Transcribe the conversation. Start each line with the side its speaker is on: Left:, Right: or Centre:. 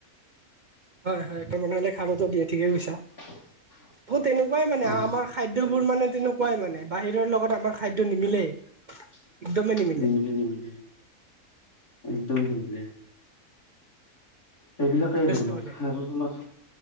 Right: হয়, হয় ত বনালে খাবো দিয় ঠিকে কৈছে।
Left: <unintelligible>
Right: অ' তেনেকুৱাই মানে
Left: অ
Right: আমাৰ খাদ্যবোৰ
Left: তেনে
Right: মানে তেনেকুৱাই মানে বাহিৰৰ লগত আমাৰ খাদ্য নিমিলেই।
Left: উ <unintelligible>
Right: একদমেই নিমিলে
Left: নিমিল নিমিল একদম নিমিল। সেইবিলাকেই
Right: যথেষ্ট
Left: আৰু তোমাৰ
Right: বেলেগ
Left: আৰু তোমাৰ